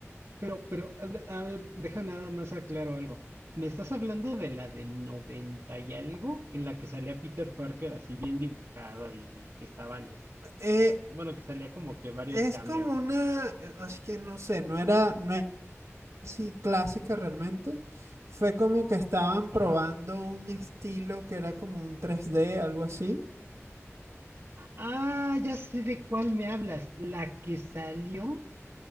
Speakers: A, on the right; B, on the right.
A: Pero, pero, a de- a ver, deja nada más aclaro algo. ¿Me estás hablando de la del 90 y algo? En la que salía Peter Parker así bien dibujado y que estaban, este,
B: Eh,
A: bueno, que salía como que varios
B: Es
A: cameos.
B: como una, eh, así que no sé, no era, no era así clásica realmente. Fue como que estaban
A: Ajá.
B: probando un estilo que era como un tres d algo así.
A: Ah, ya sé de cuál me hablas. La que salió